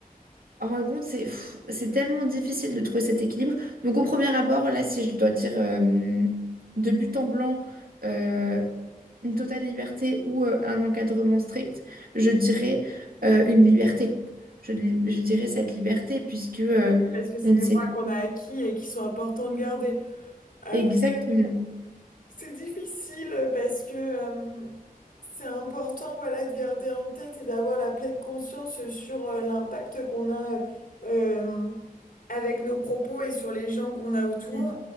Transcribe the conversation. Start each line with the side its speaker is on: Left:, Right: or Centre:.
Right: en fin de compte, c'est pff, c'est tellement difficile de trouver cet équilibre. Donc au premier abord, là, si je dois dire euh, de but en blanc, euh, une totale liberté ou euh, un encadrement strict, je dirais euh, une liberté. Je, li- je dirais cette liberté puisque euh,
Left: Parce que c'est
Right: on ne
Left: des
Right: sait
Left: droits qu'on a acquis et qui sont importants de garder. Après,
Right: exactement,
Left: C'est difficile parce que euh, c'est important voilà, de garder en tête et d'avoir la pleine conscience sur euh, l'impact qu'on a euh, avec nos propos et sur les gens qu'on a autour.
Right: Mm,